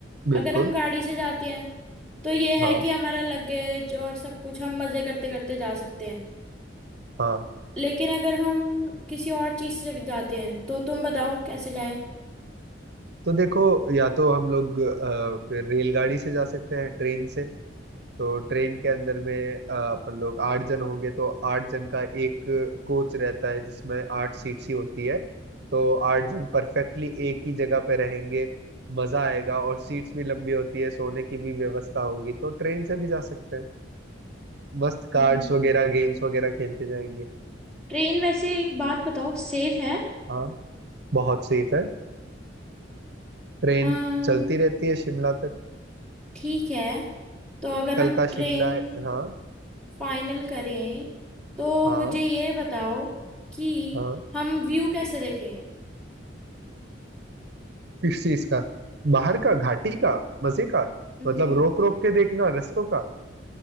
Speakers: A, on the right; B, in the centre.
A: बिल्कुल
B: अगर हम गाड़ी से जाते हैं तो ये
A: हाँ
B: है कि हमारा लगेज और सब कुछ हम मजे करते करते जा सकते हैं
A: हाँ
B: लेकिन अगर हम किसी और चीज से जाते हैं तो तुम बताओ कैसे जाएं
A: तो देखो या तो हम लोग अ, फिर रेलगाड़ी से जा सकते हैं ट्रेन से तो ट्रेन के अंदर में अ, अपन लोग आठ जन होंगे तो आठ जन का एक कोच रहता है जिसमें आठ सीट्स ही होती है तो आठ जन परफेक्टली एक ही जगह पे रहेंगे मजा आएगा और सीट्स भी लंबी होती है सोने की भी व्यवस्था होगी तो ट्रेन से भी जा सकते हैं मस्त कार्ड्स
B: अम्म,
A: वगैरह गेम्स वगैरह खेलते जाएंगे
B: ट्रेन वैसे एक बात बताओ सेफ है
A: हाँ बहुत सेफ है ट्रेन
B: अम्म,
A: चलती रहती है शिमला तक
B: ठीक है तो अगर
A: कल
B: हम
A: का
B: ट्रेन
A: शिमला है हाँ
B: फाइनल करें तो
A: हाँ
B: मुझे ये बताओ कि
A: हाँ
B: हम व्यू कैसे देखेंगे
A: किस चीज का बाहर का घाटी का मजे का
B: हम्म,
A: मतलब रोक रोक के देखना रस्तों का